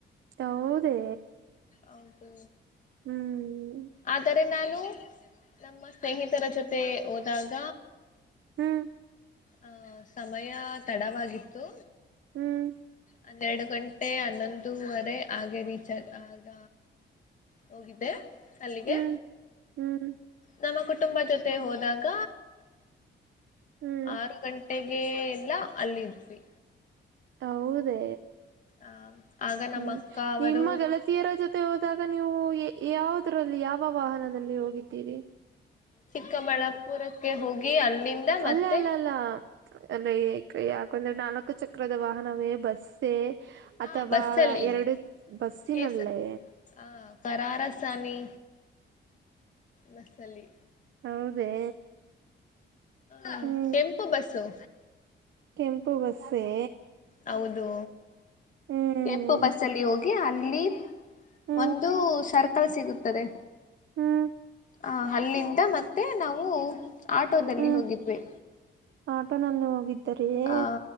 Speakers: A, on the right (about 80°); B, on the left (about 40°).
A: ಹೌದೇ?
B: ಹೌದು.
A: ಹ್ಮ್
B: ಆದ ತ್ತೆ ನಾನು ನಮ್ಮ ಸ್ನೇಹಿತರ ಜೊತೆ ಹೋದಾಗ
A: ಹ್ಮ್
B: ಆ ಸಮಯ ತಡವಾಗಿತ್ತು.
A: ಹ್ಮ್
B: ಹನ್ನೆರಡು ಗಂಟೆ ಹನ್ನೊಂದುವರೆ ಹಾಗೆ ರೀಚ್ ಆದ್ ಆಗ ಹೋಗಿದ್ದೆ. ಅಲ್ಲಿಗೆ
A: ಹ್ಮ್ ಹ್ಮ್
B: ನಮ್ಮ ಕುಟುಂಬ ಜೊತೆ ಹೋದಾಗ
A: ಹ್ಮ್
B: ಆರು ಗಂಟೆಗೆ ಗೆ ಎಲ್ಲ ಅಲ್ಲಿದ್ವಿ.
A: ಹೌದೇ?
B: ಆ ಆಗ ನಮ್ಮ
A: ಹ್ಮ್
B: ಅಕ್ಕ ಅವರು
A: ನಿಮ್ಮ ಗೆಳತಿಯರ ಜೊತೆ ಹೋದಾಗ್ ಗ ನೀವು ಯಾವುದ್ರಲ್ಲಿ ಯಾವ ವಾಹನದಲ್ಲಿ ಹೋಗಿದ್ದೀರಿ?
B: ಚಿಕ್ಕಬಳ್ಳಾಪುರಕ್ಕೆ ಹೋಗಿ ಅಲ್ಲಿಂದ ಮತ್ತೆ
A: ಅಲ್ಲ ಅಲ್ಲ ಅಲ್ಲ ಅದೆ ಕ ಯಾಕ್ ಕಂದ್ರೆ ನಾಲ್ಕು ಚಕ್ರದ ವಾಹನವೇ ಬಸ್ಸೇ?
B: ಹಾ
A: ಅಥವಾ
B: ಬಸ್ಸಲ್ಲಿ
A: ಎರಡು ಬಸ್ಸಿನಲ್ಲೇ
B: ಕೇಸ ಹ ಕರಾರಸಾನಿ ಬಸ್ಸಲ್ಲಿ.
A: ಹೌದೇ?
B: ಆ
A: ಹ್ಮ್
B: ಕೆಂಪು ಬಸ್ಸು.
A: ಕೆಂಪು ಬಸ್ಸೇ?
B: ಹೌದು.
A: ಹ್ಮ್
B: ಕೆಂಪು ಬಸ್ಸಲ್ಲಿ ಹೋಗಿ ಅಲ್ <inaudible>
A: ಹ್ಮ್
B: ಒಂದು ಸರ್ಕ ಕಲ್ ಸಿಗುತ್ತದೆ.
A: ಹ್ಮ್
B: ಆ ಅಲ್ಲಿಂದ ಮತ್ತೆ ನಾವು ಆಟೋದಲ್ಲಿ
A: ಹ್ಮ್
B: ಹೋಗಿದ್ವಿ.
A: ಆಟೋನಲ್ಲಿ ಹೋಗಿದ್ ತ್ತರಿಯೇ
B: ಆ